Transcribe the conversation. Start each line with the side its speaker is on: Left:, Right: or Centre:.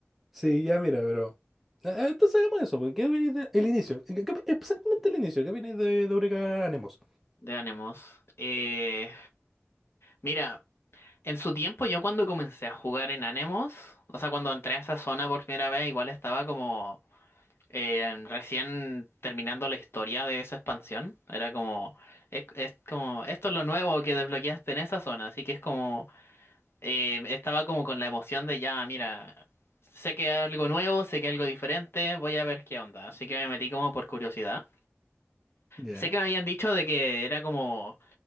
Centre: Sí, ya mira, pero... eh, eh, Entonces hagamos eso, porque ¿qué opináis de- el inicio? ¿Qué- qué- exactamente el inicio, ¿qué opináis de, de Eureka Anemos?
Left: de Anemos. Eh, mira, en su tiempo yo cuando comencé a jugar en Anemos, o sea, cuando entré a esa zona por primera vez, igual estaba como... Eh, recién terminando la historia de esa expansión, era como, es, es como, esto es lo nuevo que desbloqueaste en esa zona, así que es como, eh, estaba como con la emoción de ya, mira, sé que hay algo nuevo, sé que hay algo diferente, voy a ver qué onda, así que me metí como por curiosidad.
Centre: Ya,
Left: Sé que me habían dicho de que era como